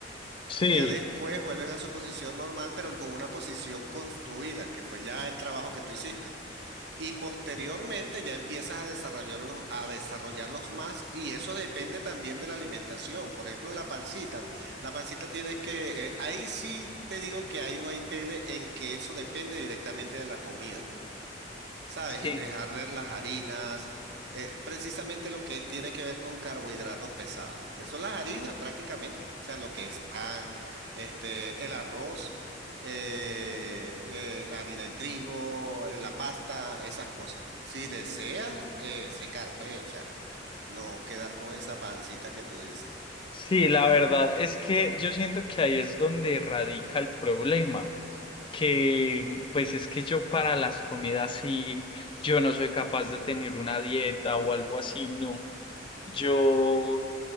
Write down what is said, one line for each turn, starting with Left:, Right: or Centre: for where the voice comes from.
Left: Sí,
Right: Ya después vuelven a su posición normal, pero con una posición construida, que fue ya el trabajo que tú hiciste. Y posteriormente ya empiezas a desarrollarlos, a desarrollarlos más y eso depende también de la alimentación. Por ejemplo, la pancita. La pancita tienes que, eh, ahí sí te digo que ahí no hay pele en que eso depende directamente de la comida. ¿sabes?
Left: sí.
Right: Dejar de las harinas, eh, precisamente lo que tiene que ver con carbohidratos pesados, que son las harinas prácticamente, o sea, lo que es pan, este, el arroz, eh, eh, la harina de trigo, eh, la pasta, esas cosas. Si deseas eh, secar, pues, o sea, no quedar con esa pancita que tú dices.
Left: Sí, la verdad es que yo siento que ahí es donde radica el problema, que pues es que yo para las comidas sí, yo no soy capaz de tener una dieta o algo así, no. Yo